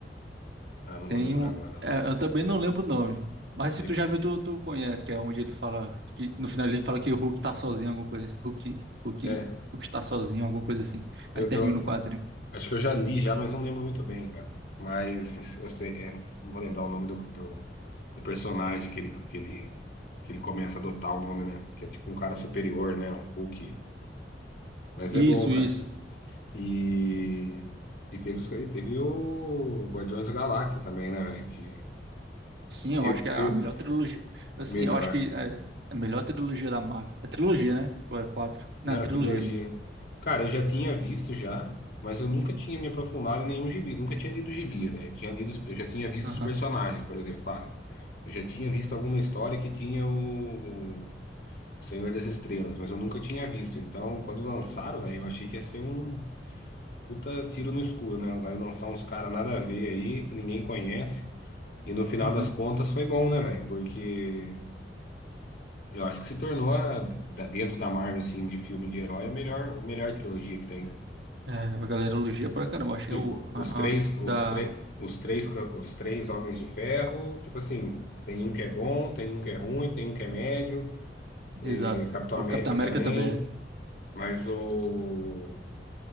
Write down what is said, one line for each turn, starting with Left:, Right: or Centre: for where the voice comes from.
Left: Ah, não
Right: tem
Left: vou lembrar
Right: um
Left: agora, não.
Right: é, eu também não lembro o nome, mas se
Left: Ele
Right: tu já viu tu, tu conhece, que é onde ele fala que no final ele fala que o Hulk tá sozinho, alguma coisa, assim. Hulk Hulk
Left: É,
Right: Hulk está sozinho, alguma coisa assim.
Left: eu,
Right: Aí termina
Left: eu
Right: o quadrinho.
Left: acho que eu já li já, mas não lembro muito bem, cara. Mas eu sei, é, não vou lembrar o nome do, do, do personagem que ele, que ele, que ele começa a adotar o nome, né? Que é tipo um cara superior, né? Um Hulk. Mas
Right: Isso,
Left: é bom, cara.
Right: isso.
Left: E, e teve, os- e teve o Guardiões da Galáxia também, né, velho? Que
Right: Sim,
Left: eu,
Right: eu acho que é
Left: eu,
Right: a melhor trilogia. Assim,
Left: melhor.
Right: eu acho que é é a melhor trilogia da Marvel. É trilogia, né? Ou é quatro? Não,
Left: Não,
Right: é trilogia
Left: a trilogia.
Right: mesmo.
Left: Cara, eu já tinha visto já, mas eu nunca tinha me aprofundado em nenhum gibi. Nunca tinha lido gibi, velho. Eu tinha lido, eu já tinha visto
Right: Aham.
Left: os personagens, por exemplo. Ah, eu já tinha visto alguma história que tinha o o Senhor das Estrelas, mas eu nunca tinha visto. Então, quando lançaram, velho, eu achei que ia ser um puta tiro no escuro, né? Vai lançar uns caras nada a ver aí, que ninguém conhece. E no final
Right: Uhum.
Left: das contas foi bom, né, velho? Porque eu acho que se tornou, a- da- dentro da Marvel, assim, de filme de herói, a melhor, o melhor trilogia que tem, né?
Right: É, a galera elogia pra caramba. Acho que
Left: Tipo,
Right: é o a-
Left: os três,
Right: a-
Left: os
Right: da.
Left: três, os três, ca- os três homens de ferro, tipo assim, tem um que é bom, tem um que é ruim, tem um que é médio,
Right: Exato.
Left: eh, Capitão
Right: O
Left: América
Right: Capitão América
Left: também,
Right: também é.
Left: mas o,